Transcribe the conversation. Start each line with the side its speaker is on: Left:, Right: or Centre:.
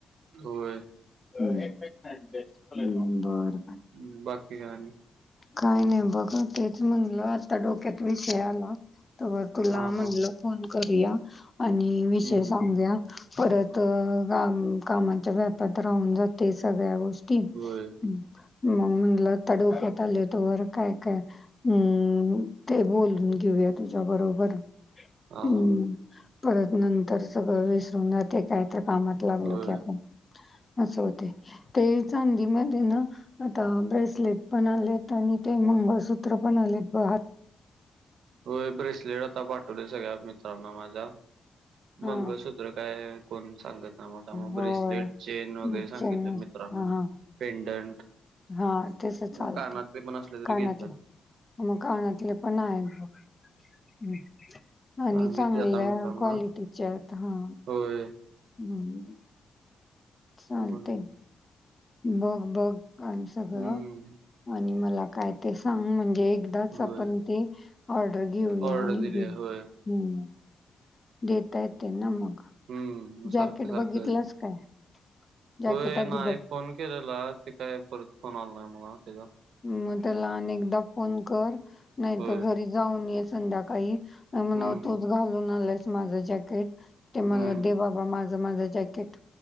Right: होय.
Left: होय. हम्म. बर.
Right: हम्म बाकी काय आणि?
Left: काय नाही. बघा तेच म्हणलं. आता डोक्यात विषय आला. तर तुला
Right: हा
Left: म्हणलं
Right: हा
Left: फोन करूया आणि विषय
Right: हम्म
Left: सांग या परत काम - कामाच्या व्यापात राहून जातय सगळ्या गोष् टी
Right: होय
Left: हम् मग म्हणलं आत्ता डोक्यात आलय तवर काय -काय हम् ते बोलून घेऊया तुझ्या बरोबर
Right: हा
Left: हम्.
Right: हा हा
Left: परत नंतर सगळं विसरून जातय. काय तर कामात लागलो
Right: होय
Left: की आपण. असं होतय. ते चांदी मध्ये ना? आता ब्रेसलेट पण आलेत आणि ते मंगळसूत्र पण आलेत ब हा --
Right: होय ब्रेसलेट आता पाठवले सगळ्या मित्रांना माझ्या.
Left: हा
Right: मंगळसूत्र काय -- कोण सांगत ना म आता. मग
Left: होय
Right: ब्रेसलेट चेन वगैरे
Left: हं,
Right: सांगितलं
Left: चेन्नई
Right: मित्रांना
Left: हा हा
Right: पेंडंट
Left: हा
Right: किंवा
Left: तस चालते
Right: कानातले पण असले
Left: कानातले
Right: तरी घेतात.
Left: मग कानाातले पण आहेत बघ. हम्म. आणि
Right: सांगितले
Left: चांगल्या
Right: आता मित्रांना
Left: क्वालिटीच्यात हा.
Right: होय
Left: म्हणून
Right: आता
Left: चालतय.
Right: बघू
Left: बघ -बघ आणि सगळं.
Right: हम्म
Left: आणि मला काय ते सांग म्हणजे एकदाच
Right: होय
Left: आपण ते ऑर्डर घेऊया
Right: ऑर्डर
Left: आणि
Right: दिली
Left: घेऊ.
Right: आहे.
Left: हम्म.
Right: होय
Left: देता येते ना मग.
Right: हम्म
Left: जॅकेट
Right: सारखं सारखं
Left: बघितलास काय? जॅकेट
Right: होय
Left: आधी
Right: नाही
Left: बघ.
Right: फोन केलेला. ते काय परत फोन आला नाही मला तिचा.
Left: म त्याला आणि एकदा फोन कर. नाही तू
Right: होय
Left: घरी जाऊन ये संध्याकाळी. आणि म्हणाव
Right: हम्म
Left: तूच घालून आलायस माझ जॅक थेट ते
Right: हम्म
Left: मला दे बाबा माझं -माझं जॅकेट.